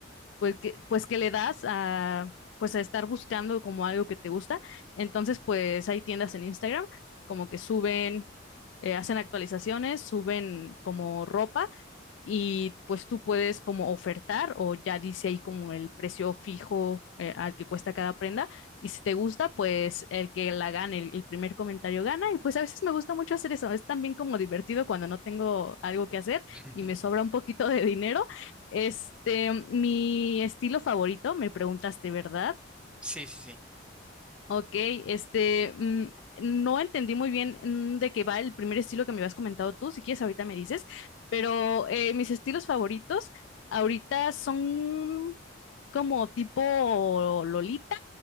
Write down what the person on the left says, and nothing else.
pues que, pues que le das a, pues a estar buscando como algo que te gusta. Entonces, pues hay tiendas en Instagram como que suben, eh, hacen actualizaciones, suben como ropa y pues tú puedes como ofertar o ya dice ahí como el precio fijo eh, al que cuesta cada prenda y si te gusta pues el que la gane, el, el primer comentario gana y pues a veces me gusta mucho hacer eso, es también como divertido cuando no tengo algo que hacer
y me sobra un poquito de dinero. Este, mi estilo favorito, me preguntaste, ¿verdad?
Ok, este, mm, no entendí muy bien mm, de qué va el primer estilo que me habías comentado tú, si quieres ahorita me dices, pero eh, mis estilos favoritos ahorita son como tipo Lolita